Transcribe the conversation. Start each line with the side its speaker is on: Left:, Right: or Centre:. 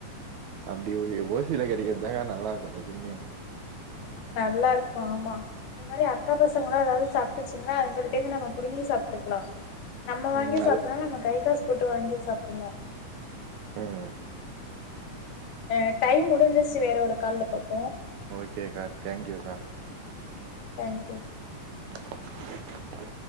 Right: அப்டி ஒய் ஓசில கெடைக்கத் தாங்க நல்லாக்கு டெதுமே
Left: நல்லாருக்கு ஆமா அது மாரி அக்கா பசங்களா ஏதாவ்து சாப்ட்டுச்சுங்னா அதுங்கள்டெந்து நம்ம புடுங்கி சாப்டுக்லா நம்ம
Right: ம்.
Left: வாங்கி சாப்டொனா நம்ம கை காஸ் போட்டு வாங்கி சாப்புட்னு
Right: ஆஹ்
Left: ஆ டைம் முடிஞ்சிர்சி வேற ஒரு கால்ல பாப்
Right: ஓகே கா தேங்க் யூ கா
Left: தேங்க்யூ
Right: <unintelligible>